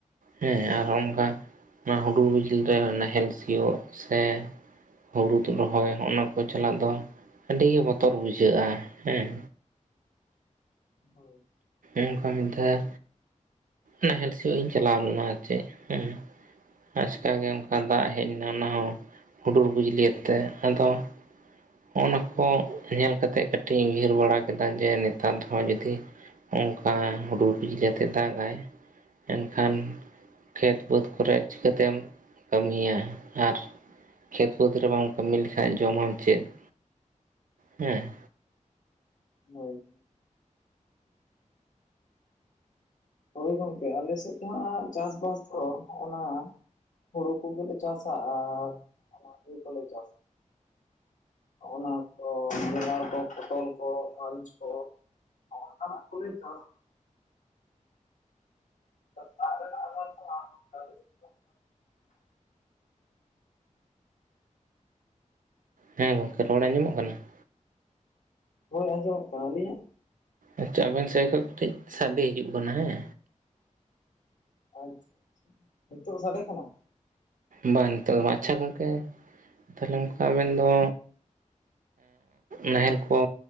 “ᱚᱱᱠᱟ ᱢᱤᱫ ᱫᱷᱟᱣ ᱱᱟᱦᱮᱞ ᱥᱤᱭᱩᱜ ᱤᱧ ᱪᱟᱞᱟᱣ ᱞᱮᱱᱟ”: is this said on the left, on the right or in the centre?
Right